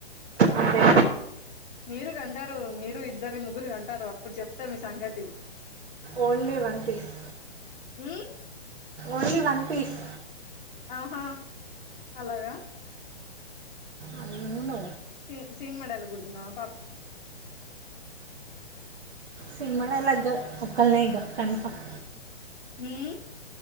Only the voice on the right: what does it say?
అంటే
only one piece
only one piece
అవును
సినిమా డైలాగ్ కాద్ ఒక్కల్నే ఇగ కన్ఫామ్